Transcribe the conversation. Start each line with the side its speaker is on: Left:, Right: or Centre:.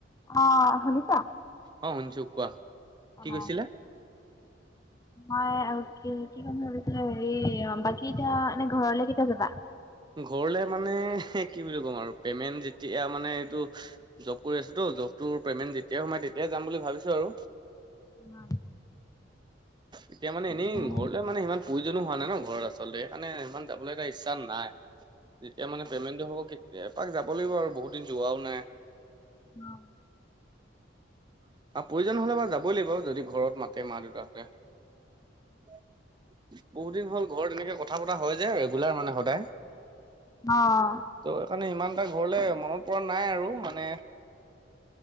Left: অ' শুনিছা?
Right: অ' শুনিছোঁ কোৱা,
Left: অ'
Right: কি কৈছিলা?
Left: মই আৰু কি কি ক'ম ভাবিছিলোঁ, হেৰি বাকি এতিয়া এনে ঘৰলে কেতিয়া যাবা?
Right: ঘৰলে মানে কি বুলি ক'ম আৰু পেমেণ্ট যেতিয়া মানে এইটো জব কৰি আছোঁতো, জবটোৰ পেমেণ্ট যেতিয়াই সোমাই তেতিয়াই যাম বুলি ভাবিছোঁ আৰু।
Left: <unintelligible>
Right: এতিয়া মানে
Left: অ'
Right: এনেই
Left: উম
Right: ঘৰলৈ মানে ইমান প্ৰয়োজনো হোৱা নাই ন ঘৰত আচলতে সেইকাৰণে ইমান যাবলৈ এটা ইচ্ছা নাই যেতিয়া মানে পেমেণ্টটো হ'ব কে এপাক যাব লাগিব আৰু বহুত দিন যোৱাও নাই
Left: অ
Right: আও প্ৰয়োজন হ'লে বাও যাবই লাগিব যদি ঘৰত মাতে মা দেউতাহঁতে বহুত দিন হ'ল ঘৰত এনেকে কথা পতা হয় যে ৰেগুলাৰ মানে সদায়
Left: অ অ
Right: ত' সেইকাৰণে সিমান এটা ঘৰলে মনত পৰা নাই আৰু মানে